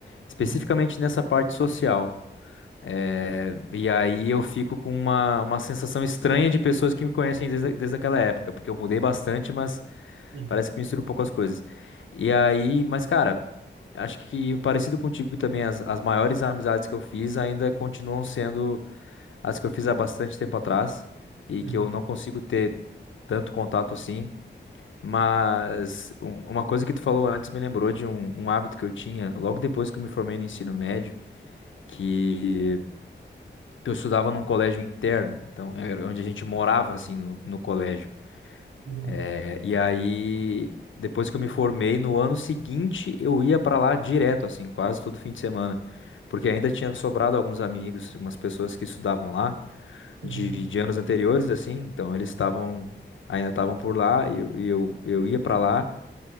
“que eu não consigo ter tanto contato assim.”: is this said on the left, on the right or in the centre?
Left